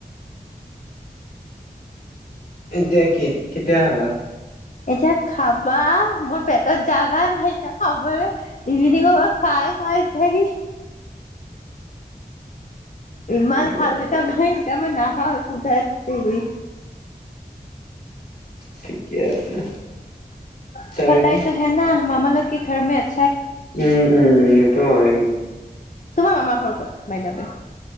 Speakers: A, on the left; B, on the left.
A: এতিয়া কি কেতিয়া হবা।
B: এতিয়া খাবা মোৰ পেটৰ জাগা নাই <unintelligible> খাই খা এতিয়া আহি ইমান
A: ঠিকে
B: খাল এতিয়া ম ই নাখাও একো ঠাইত দে
A: ঠিকে আছে।
B: <unintelligible>
A: তাৰপিছত
B: <unintelligible>
A: উম, উম, উম। টো হয় কিন্তু।
B: তোমাৰ মামাৰ ঘৰ কত বাইদ ৱে।